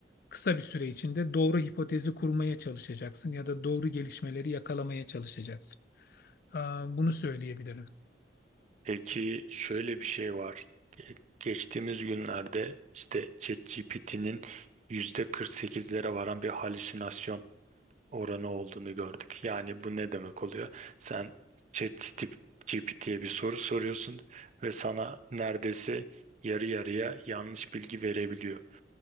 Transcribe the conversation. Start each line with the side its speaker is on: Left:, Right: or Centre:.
Left: kısa bir süre içinde doğru hipotezi kurmaya çalışacaksın ya da doğru gelişmeleri yakalamaya çalışacaksın. Aa, Bunu söyleyebilirim.
Right: Peki şöyle bir şey var. Ge- Geçtiğimiz günlerde işte ChatGPT'nin yüzde %48'lere varan bir halüsinasyon oranı olduğunu gördük. Yani bu ne demek oluyor? Sen ChatGPT'ye bir soru soruyorsun ve sana neredeyse yarı yarıya yanlış bilgi verebiliyor.